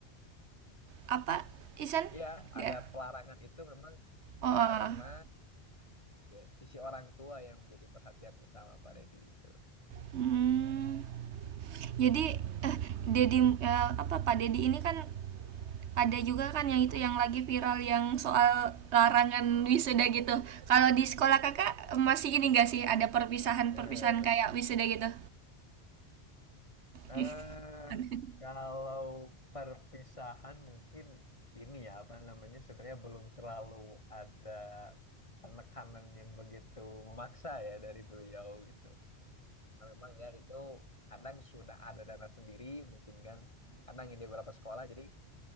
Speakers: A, on the right (about 85°); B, on the left (about 30°).
A: Apa Isan?
B: Iya,
A: Enggak.
B: ada pelarangan itu memang
A: Oh. eh.
B: karena ya, sisi orang tua yang menjadi perhatian utama Pak Deddy itu.
A: Hmm. Jadi eh Dedi eh, apa Pak Dedi ini kan ada juga kan yang itu yang lagi viral yang soal larangan wisuda gitu. Kalau di sekolah kakak eh, masih ini enggak sih ada perpisahan-perpisahan
B: Benar.
A: kayak wisuda gitu?
B: Eh,
A: <laughs>
B: kalau perpisahan mungkin ini ya apa namanya sebenarnya belum terlalu ada penekanan yang begitu memaksa ya dari beliau gitu. Nah, Memang ya itu kadang sudah ada dana sendiri mungkin kan kadang ini beberapa sekolah jadi